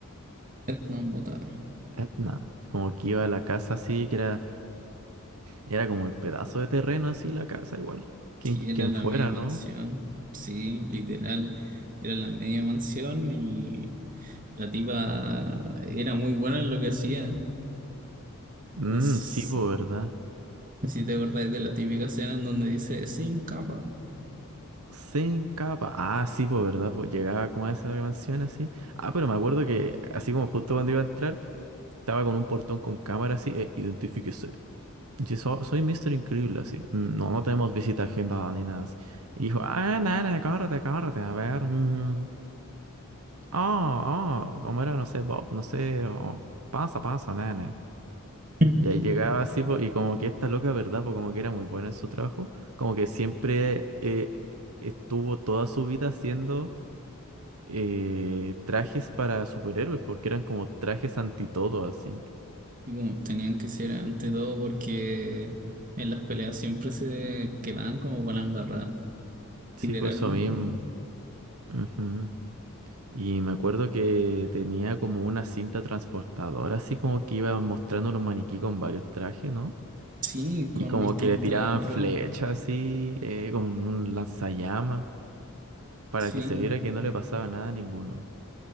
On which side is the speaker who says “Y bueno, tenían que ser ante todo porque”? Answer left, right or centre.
Right